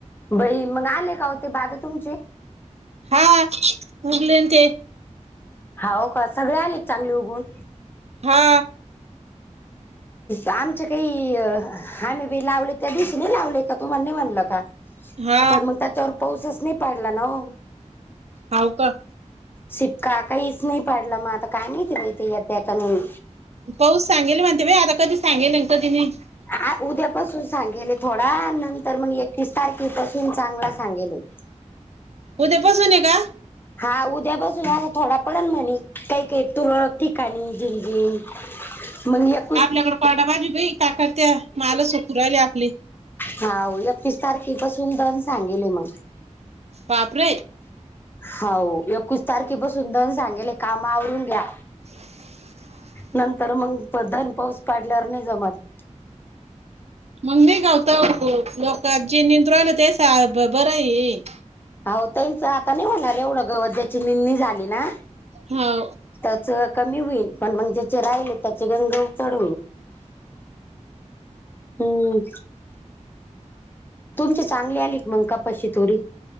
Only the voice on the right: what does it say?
हा, उरलेन ते
हा
हा
हाव का?
पाऊस सांगेल म्हणते बाई आता कधी सांगेल तर <unintelligible>
उद्यापासून ए का?
आपल्याकड पडायला पाहिजे बाई का, करत्या माल सपूर राहिले आपले
बापरे
<unintelligible> <inaudible>
मग नाही <unintelligible> बरं आहे हे.
हो.